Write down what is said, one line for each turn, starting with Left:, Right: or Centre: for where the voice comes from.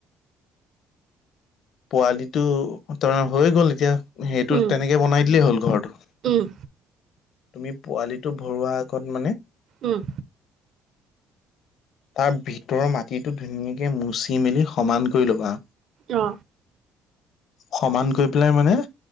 Left: পোৱালিটো তাৰমানে হৈ গ'ল এতিয়া সেইটো
Right: উম
Left: তেনেকে বনাই দিলেই হ'ল ঘৰটো।
Right: উম।
Left: তুমি পোৱালিটো ভৰোৱা আগত মানে।
Right: উম।
Left: তাৰ ভিতৰৰ মাটিটো ধুনীয়াকে মুচি মেলি সমান কৰি ল'বা।
Right: অ।
Left: সমান কৰি পেলাই মানে